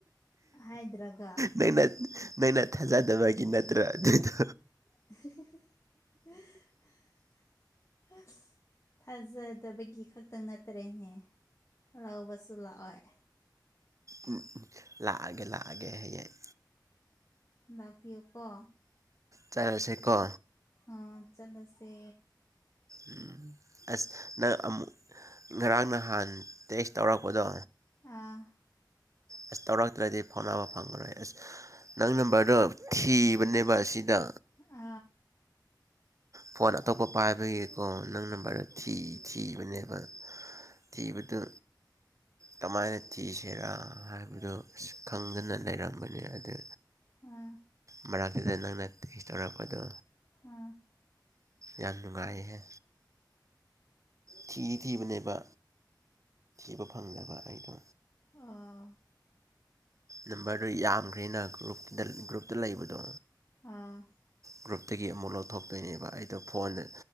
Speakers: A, on the left (about 40°); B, on the right (about 45°).
A: ꯍꯥꯏꯗ꯭ꯔꯒ
B: ꯅꯪꯅ ꯅꯪꯅ ꯊꯥꯖꯗꯕꯒꯤ ꯅꯠꯇ꯭ꯔꯣ ꯑꯗꯨꯗꯣ
A: <unintelligible> ꯑꯁ ꯊꯥꯖꯗꯕꯒꯤ ꯈꯛꯇꯪ ꯅꯠꯇꯔꯦꯅꯦ ꯂꯧꯕꯁꯨ ꯂꯥꯛꯑꯣꯏ
B: ꯎꯝ ꯂꯥꯛꯑꯒꯦ ꯂꯥꯛꯑꯒꯦ ꯍꯌꯦꯡ
A: ꯂꯥꯛꯄꯤꯌꯣꯀꯣ
B: ꯆꯠꯂꯁꯦꯀꯣ
A: ꯑꯥ ꯆꯠꯂꯁꯦ
B: ꯎꯝ ꯑꯁ ꯅꯪ ꯑꯃꯨꯛ ꯉꯔꯥꯡ ꯅꯍꯥꯟ ꯇꯦꯛꯁ ꯇꯧꯔꯛꯄꯗꯣ
A: ꯑꯥ
B: ꯑꯁ ꯇꯧꯔꯛꯇ꯭ꯔꯗꯤ ꯐꯥꯎꯅꯕ ꯐꯪꯉꯔꯣꯏ ꯑꯁ ꯅꯪ ꯅꯝꯕꯔꯗꯣ ꯊꯤꯕꯅꯦꯕ ꯑꯁꯤꯗ
A: ꯍꯣꯏ
B: ꯐꯣꯟ ꯑꯇꯣꯞꯄ ꯄꯥꯏꯕꯒꯤꯀꯣ ꯅꯪꯅ ꯈꯔ ꯊꯤ ꯊꯤꯕꯅꯦꯕ ꯊꯤꯕ ꯑꯗꯨ ꯀꯃꯥꯏꯅ ꯊꯤꯁꯤꯔꯥ ꯍꯥꯏꯕꯗꯨ ꯑꯁ ꯈꯪꯗꯅ ꯂꯩꯔꯝꯕꯅꯤ ꯅꯤ ꯑꯗꯨ
A: ꯎꯝ
B: ꯃꯔꯛꯇꯅꯦ ꯅꯪꯅ ꯇꯦꯁ ꯇꯧꯔꯛꯄꯗꯣ
A: ꯎꯝ
B: ꯌꯥꯝ ꯅꯨꯡꯉꯥꯏꯌꯦꯍꯦ ꯊꯤꯗꯤ ꯊꯤꯕꯅꯦꯕ ꯎꯕ ꯐꯪꯗꯕ ꯑꯩꯗꯣ
A: ꯑꯣ
B: ꯅꯝꯕꯔꯗꯣ ꯌꯥꯝꯈ꯭ꯔꯦꯅ ꯒ꯭ꯔꯨꯞꯀꯤꯗ ꯒ꯭ꯔꯨꯞꯇ ꯂꯩꯕꯗꯣ
A: ꯑꯥ
B: ꯒ꯭ꯔꯨꯞꯇꯒꯤ ꯑꯃꯨꯛ ꯂꯧꯊꯣꯛꯇꯣꯏꯅꯦꯕ ꯑꯩꯗꯣ ꯐꯣꯟꯗ